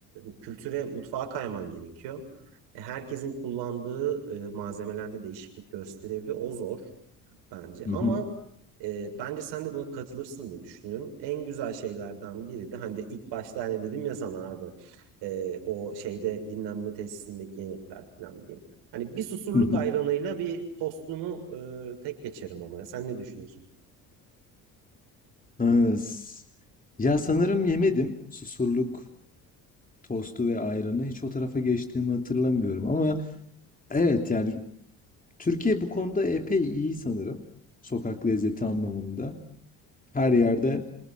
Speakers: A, on the right; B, on the left.
A: e, kültüre mutfağa kayman gerekiyor. E, herkesin kullandığı e, malzemelerde değişiklik gösterebiliyor. O zor. bence.
B: Hı
A: Ama
B: hı.
A: e, bence sen de buna katılırsın diye düşünüyorum. En güzel şeylerden biri de hani de ilk başta hani dedim ya sana abi e, o şeyde dinlenme tesisindeki yemekler falan diye. Hani bir susurluk
B: Hı hı.
A: ayranıyla bir tostunu e, tek geçerim ama. ya. Sen ne düşünüyorsun?
B: Ha, s- Ya sanırım yemedim susurluk tostu ve ayranı. Hiç o tarafa geçtiğimi hatırlamıyorum. Ama evet yani Türkiye bu konuda epey iyi sanırım. Sokak lezzeti anlamında. Her yerde